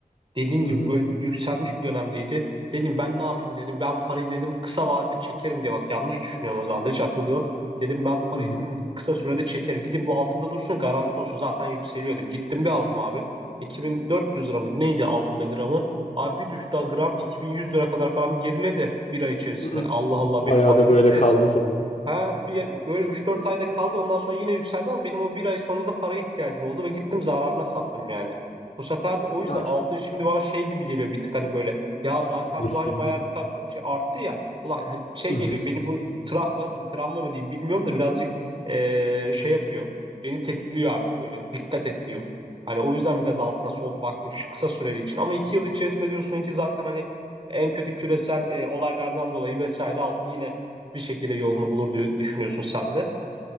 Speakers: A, on the right; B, on the left.
A: Dediğin
B: Hı
A: gibi
B: hı.
A: böyle bir yükselmiş bir dönemdeydi. Dedim ben ne yapayım dedim. Ben parayı dedim kısa vadede çekerim diye bak yanlış düşünüyorum o zaman da hiç aklımda yok. Dedim ben parayı
B: Hı hı.
A: dedim kısa sürede çekerim. Gidin bu altında dursun garanti olsun zaten yükseliyor dedim. Gittim bir aldım abi. 2400 lira mıydı neydi aldığımda gramı. Abi bir düştü gram 2100 lira kadar falan geriledi bir ay içerisinde.
B: Hı.
A: Allah
B: Bayağı
A: Allah benim para
B: da
A: gitti.
B: böyle kaldı sanırım.
A: Ha bir, böyle üç dört ayda kaldı ondan sonra yine yükseldi ama benim o bir ay sonra da paraya ihtiyacım oldu ve gittim zararına sattım yani. Bu sefer de o yüzden
B: Yani
A: altın
B: ş-
A: şimdi bana şey gibi geliyor bir tık hani böyle ya zaten
B: Riskli
A: bu hani
B: gibi.
A: bayağı bir kat- şey arttı ya ulan hani şey
B: hı hı.
A: geliyor beni bu travma travma mı diyeyim bilmiyorum da birazcık eee, şey yapıyor beni tetikliyor artık böyle dikkat et diyor. Hani o yüzden biraz altına soğuk baktım şu kısa süreli için ama iki yıl içerisinde diyorsun ki zaten hani en kötü küresel e, olaylardan dolayı vesaire altın yine bir şekilde yolunu bulur diye düşünüyorsun sen de.